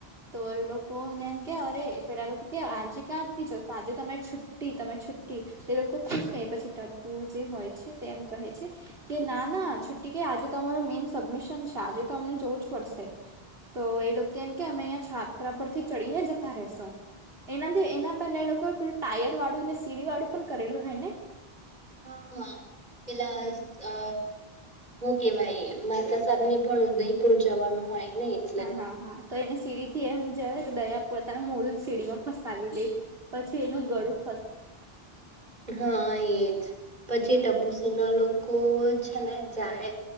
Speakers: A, on the right; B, on the right.
A: તો એ લોકો કોને એમ કે અરે પેલા લોકો કે આજે ક્યાંથી આજે તો અમે છૂટ છુટી તમાર છુટી એ લોકો ખુશ થઈ પછી ટપ્પુ જે હોય છે તે એમા કહે છે કે ના ના છુટ્ટી કે આજે અમાર મેઈન સબમિશન છે આજે તો અમને જવું જ પડશે તો એ લોકો કેમ કે અમે અહીંયા છાપરા પરથી ચડીને જતા રસુ એનાથી એના પહેલા એ લોકો પેલું ટાયર વાળું ને સીડી વાળું પણ કરેલું હોય ને
B: હા હા પેલા અ હું કેવાય મેહતા સાબને પણ ઉદયપુર જવાનું હોય ને એટલે
A: હા હા હા તો એને સીડી થી એમ જ તો દયા પોતાનું મૂળ સીડીમાં ફસાવી લે પછી એનું ગળું
B: હા એજ પછી ટપુસી ના લોકો છે ને જાય